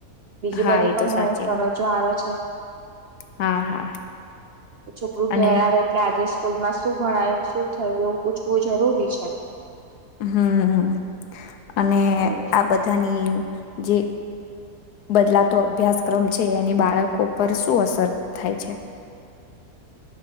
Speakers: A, on the right; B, on the left.
A: બીજી
B: હા
A: બધી
B: એ
A: પણ
B: તો સાચી
A: ઘણી ફરજો
B: વાત.
A: આવે છે
B: હા હા
A: છોકરું
B: અને
A: ઘેર આવે એટલે આજે સ્કૂલ માં શું ભણાયું શું થયું એવું પૂછવું જરૂરી છે
B: હમ અને
A: એવું છે
B: આ બધાની જે બદલાતો અભ્યાસક્રમ છે એની બાળકો પર શું અસર થાય છે